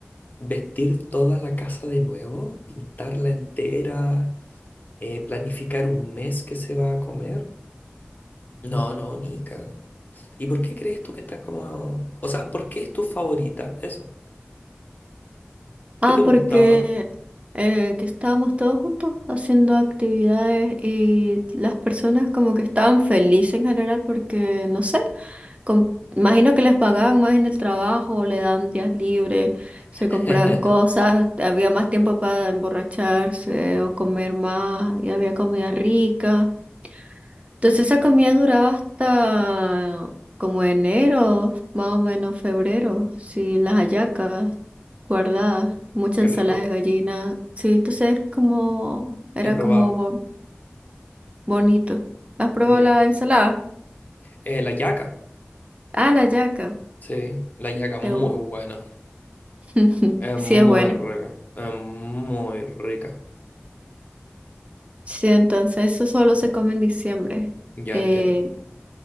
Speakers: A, on the left; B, on the right.
A: vestir toda la casa de nuevo, pintarla entera. Eh, planificar un mes que se va a comer. No, no, Nika. ¿Y por qué crees tú que está como... O sea, ¿por qué es tu favorita? Eso.
B: Ah,
A: ¿Qué te gustaba?
B: porque eh, que estábamos todos juntos haciendo actividades y las personas como que estaban felices en general porque, no sé, com- imagino que les pagaban más en el trabajo, le dan días libres, se
A: <laughs>
B: compraban cosas, había más tiempo para emborracharse o comer más y había comida rica. Entonces esa comida duraba hasta como enero, más o menos febrero, sí, las hallacas guardada, mucha
A: Qué
B: ensalada
A: rico.
B: de gallina. Sí, entonces es como, era
A: He probado.
B: como bo- bonito. ¿Has probado
A: Ya.
B: la ensalada?
A: Eh, la yaca.
B: Ah, la yaca.
A: Sí, la yaca muy
B: Te gu-
A: buena.
B: <laughs>
A: Es
B: Sí,
A: muy
B: es buena.
A: rica. Es muy rica.
B: Sí, entonces eso solo se come en diciembre.
A: Ya
B: Eh,
A: entiendo.